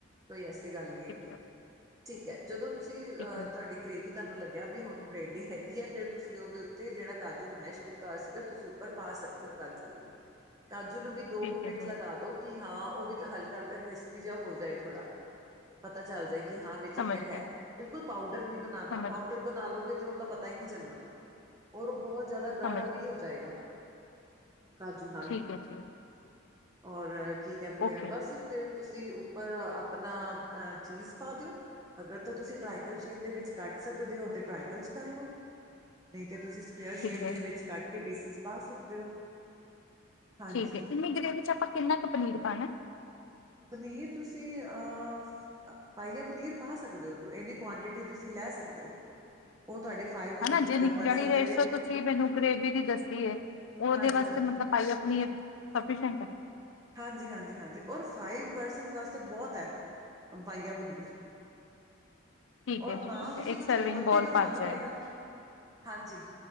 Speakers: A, on the right; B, on the left.
A: ਕੋਈ ਐਸੀ ਗੱਲ ਨੀ ਹੈਗੀ,
B: ਠੀਕ ਹੈ
A: ਠੀਕ ਐ ਜਦੋਂ ਤੁਸੀ ਅ
B: ਠੀਕ ਹੈ
A: ਤੁ ਦੀ ਗ੍ਰੇਵੀ ਤੁਆਨੂੰ ਲੱਗਿਆ ਵੀ ਹੁਣ ਰੇਡੀ ਹੈਗੀ ਐ, ਫੇ਼ਰ ਤੁਸੀ ਔਦੇਂ ਊਤੇ ਜੇੜਾ ਕਾਜੂ ਮੈਸ਼ ਕੀਤਾ ਹੋਯਾ ਸੀਗਾ ਤੂਸੀ ਪਰ ਪਾ ਸਕਦੇ ਔ ਕਾਜੂ, ਕਾਜੂ ਨੂੰ ਵੀ ਦੋ
B: ਠੀਕ
A: ਇੱਕ ਮਿੰਟ
B: ਹੈ ਜੀ
A: ਲਗਾ ਦੋ ਕਿ ਹਾਂ, ਔ ਵੀ ਤਾਂ ਹਲਕਾ, ਹਲਕਾ ਕ੍ਰਿਸਪੀ ਜਾ ਹੋ ਜਾਏ ਥੋੜਾ, ਪਤਾ ਚੱਲ ਜਾਏ ਕਿ ਹਾਂ ਵਿੱਚ
B: ਸਮਝ
A: ਹੈਗਾ
B: ਗਿਆ
A: ਐ, ਬਿਲਕੁਲ ਪਾਊਡਰ ਨੀ ਬਨਾਨਾ,
B: ਸਮਝ
A: ਪਾਊਡਰ
B: ਗਿਆ
A: ਬਨਾ ਲੋਗੇ ਤੇ ਓਂਦਾ ਪਤਾ <unintelligible> ਨਈ ਚੱਲਨਾ, ਔਰ ਔ ਬੋਹੋਤ ਜਾਦਾ ਗਾੜਾ
B: ਸਮਝ
A: ਵੀ
B: ਗਿਆ
A: ਹੋ ਜਾਏਗਾ ਕਾਜੂ ਨਾਲ,
B: ਠੀਕ ਹੈ ਜੀ
A: ਔਰ ਅ ਕੀ ਕੇਂਦੇ
B: ਓਕੇ
A: ਆ ਬਸ ਫੇ਼ਰ ਤੁਸੀ ਉ ਪਰ ਆਪਣਾ ਅ ਚੀਜ਼ ਪਾਦੇਯੋ ਅਗਰ ਤਾਂ ਤੁਸੀਂ ਟ੍ਰਇਂਗਲ ਸ਼ੇਪ ਦੇ ਵਿੱਚ ਕੱਟ ਸਕਦੇ ਹੋ ਤੇ ਟ੍ਰਇਂਗਲ ਚ ਕਰ ਲਓ। ਨਹੀ ਤੇ ਤੁਸੀਂ ਸਕੇਅਰ
B: ਠੀਕ
A: ਸ਼ੇਪ
B: ਹੈ
A: ਦੇ ਵਿੱਚ ਕੱਟ ਕੇ ਪੀਸਿਸ ਪਾ ਸਕਦੇ ਹੋ। ਹਾਂਜੀ
B: ਠੀਕ ਏ ਇੰਨੀ ਗ੍ਰੇਵੀ ਚ ਆਪਾਂ ਕਿੰਨਾ ਕੁ ਪਨੀਰ ਪਾਉਣਾ?
A: ਪਨੀਰ ਤੁਸੀਂ ਅਹ ਪਾਈਆ ਪਨੀਰ ਪਾ ਸਕਦੇ ਹੋ ਇੰਨੀ ਕੁਆਂਟਿਟੀ ਤੁਸੀਂ ਲੈ ਸਕਦੇ ਹੋ ਉਹ ਤੁਹਾਡੇ ਫਾਈਵ
B: ਹੇਨਾ ਜੇ
A: ਪਰਸਨ
B: ਜਿਹੜੀ ਰੇਸ਼ੋ
A: ਜਿਹੜੇ
B: ਤੁਸੀਂ ਮੈਨੂੰ ਗ੍ਰੇਵੀ ਦੀ ਦੱਸੀ ਏ ਉਹਦੇ
A: ਹਾਂਜੀ
B: ਵਾਸਤੇ
A: ਹਾਂਜੀ
B: ਮਤਲਬ ਪਾਇਆ ਪਨੀਰ ਸਫੀਸ਼ੀਐਂਟ ਐ।
A: ਹਾਂਜੀ ਹਾਂਜੀ ਹਾਂਜੀ ਔਰ ਫਾਈਵ ਪਰਸਨ ਵਾਸਤੇ ਬਹੁਤ ਐ ਪਾਇਆ ਪਨੀਰ।
B: ਠੀਕ
A: ਔਰ
B: ਹੈ ਜੀ
A: ਨਾਲ
B: ਠੀਕ
A: ਤੁਸੀਂ
B: ਹੈ ਇੱਕ
A: ਕੁਛ
B: ਸਰਵਿੰਗ
A: ਹੋਰ
B: ਬੋਲ
A: ਵੀ ਬਣਾਉਣਾ
B: ਭਰ ਜਾਏ
A: ਹੋਏਗਾ। ਹਾਂਜੀ